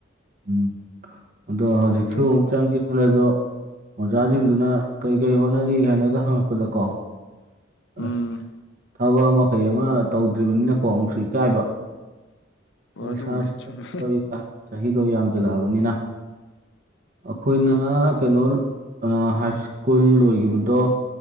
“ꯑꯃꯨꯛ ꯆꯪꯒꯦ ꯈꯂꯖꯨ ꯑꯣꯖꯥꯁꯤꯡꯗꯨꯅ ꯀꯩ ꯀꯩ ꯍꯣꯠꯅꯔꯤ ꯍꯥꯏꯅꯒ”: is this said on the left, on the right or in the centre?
Right